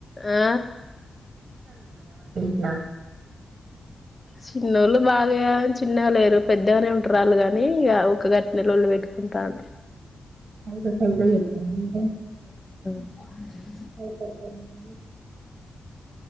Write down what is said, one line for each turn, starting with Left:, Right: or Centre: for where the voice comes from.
Left: ఆ
Right: ట్ల
Left: చిన్నోళ్ళు బాగా ఏం చిన్న లేరు పెద్దగానే ఉంటారుళ్ళు కాని ఇగ ఊకె గట్నే లొల్లి పెట్టుకు ఉంటాడు
Right: సైకో సైకో చేత్తంది ఇగ
Left: మ్
Right: అయిపోతాదండి